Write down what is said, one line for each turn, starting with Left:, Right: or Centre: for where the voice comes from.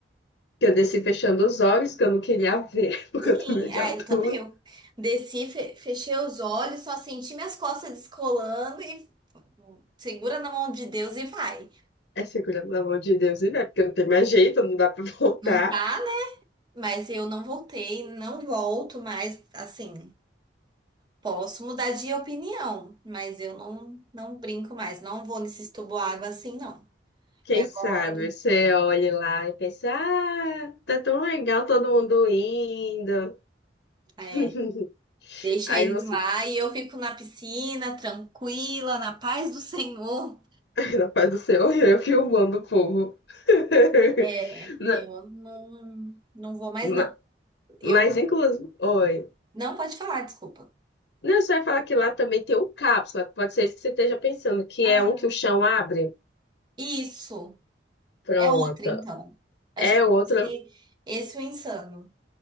Left: que eu desci fechando os olhos, que eu não queria ver, <laughs> porque
Right: Sim,
Left: eu tô meio de
Right: ah,
Left: altura.
Right: eu também. Eu desci, fe- fechei os olhos, só senti minhas costas descolando e Segura na mão de Deus e vai.
Left: É segura, pelo amor de Deus, e não é porque eu não tenho mais jeito, não dá pra <laughs> voltar.
Right: Não dá, né? Mas eu não voltei, não volto mais, assim, posso mudar de opinião, mas eu não, não brinco mais, não vou nesses tubo água assim, não.
Left: Quem
Right: E agora,
Left: sabe você olhe lá e pensa, ah, tá tão legal todo mundo indo.
Right: é,
Left: <laughs>
Right: deixa
Left: Aí
Right: eles
Left: você,
Right: lá e eu fico na piscina, tranquila, na paz do Senhor.
Left: <laughs> na paz do céu, <laughs> eu filmando o povo. <laughs>
Right: É,
Left: Na-
Right: eu não, não vou mais,
Left: ma-
Right: não. Eu
Left: Mas, inclusive, oi.
Right: não pode falar, desculpa.
Left: Não, você vai falar que lá também tem o cápsula. Pode ser isso que você esteja pensando, que
Right: Ah,
Left: é um que o chão abre.
Right: isso.
Left: Pronto.
Right: É outra, então. Achei
Left: É
Right: que
Left: outro,
Right: fosse esse o insano.